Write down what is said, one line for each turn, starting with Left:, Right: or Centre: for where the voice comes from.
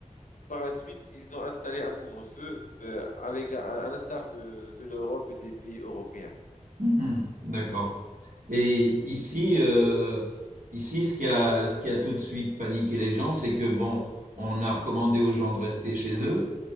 Left: par la suite, ils ont installé un couvre-feu euh, à l'éga- à l'instar de, de l'Europe et des pays européens.
Right: Mhm. D'accord. Et ici, euh, ici, ce qui a, ce qui a tout de suite paniqué les gens, c'est que bon, on a recommandé aux gens de rester chez eux.